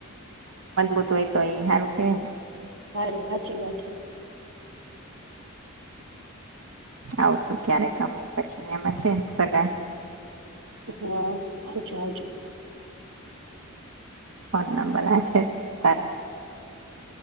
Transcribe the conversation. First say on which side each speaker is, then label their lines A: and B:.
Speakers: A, on the right; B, on the right.
A: સૂતો હોય તોય સારું કે‌ નેમ.
B: હારું સાચી વાત છે.
A: આવશું ક્યારેક ગમે પછી નયા અમારે શેન સગા.
B: હું આવજો આવજો.
A: ફોન નંબર આ છે ને તારા?